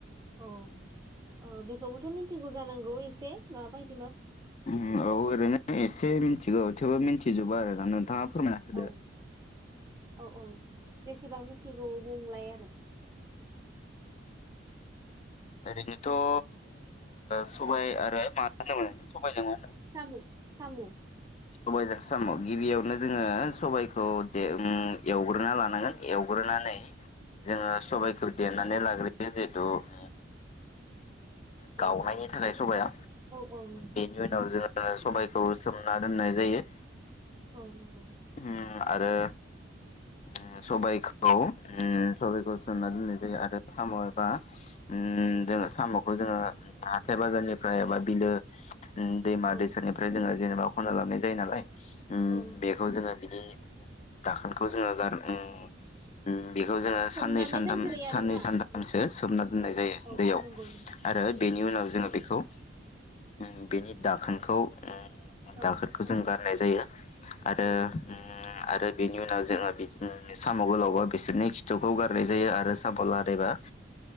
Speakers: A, on the right; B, on the left.
A: औ औ बेखौबोथ मिथिगौ जानांगौ एसे माबाय
B: उम औ ओरैनो एसे मिथिगौ थेवबो मिनथि जोबा आरो ना नोंथाङा फोरमायना होदो
A: औ औ औ बेसेबां मिथिगौ बुंलाय आरो
B: ओरैनोथ ओ सबाय आरो मा होनदोमोन सबायजों मा होनदोंमोन?
A: साम' साम'
B: सबायजों साम'गिबियावनो जोङो सबाइखौ दे उम एवग्रोना लानांगोन एवग्रोनानै जोङो सबाइखौ
A: औ
B: देनानै लाग्रोयो जिहेतु उम गावनायनि
A: औ नंगौ
B: थाखाय सबाया
A: औ औ नंगौ
B: बेनि उनाव जोङो सबाइखौ सोमना दोननाय जायो।
A: औ नंगौ।
B: उम आरो उम सबायखौ उम खौ बेखौ सोमना दोननाय जायो आरो साम'एबा उम
A: औ
B: जोङो साम'ख बो जोङो उम हाथाय बाजारनिफ्राय एबा बिलो उम दैमा
A: औ
B: दैसानिफ्राय जोङो जेनेबा खनना लाबनाय जायो नालाय उम
A: औ नंगौ
B: बेखौ जोङो बिदि दाखोनखौ जोङो गारौ उम उम बेखौ जोङो
A: सोमनानै
B: सानै सानथाम
A: दोनग्रोयो
B: साननै
A: आरोना
B: सानथामसो
A: औ
B: सोमना दोननाय जायो
A: औ
B: दैयाव
A: नंगौ
B: आरो
A: नंगौ
B: बेनि उनाव जोङो बेखौ उम बेनि दाखोनखौ ओम
A: नंगौ
B: दाखोनखौ जों गार होननाय जायो। आरो
A: औ नंगौ
B: होम आरो बेनि उनाव जोङो बिदिनो साम गोलावबा बिसोरनि खिथुखौ गारनाय जायो आरो साम लादायबा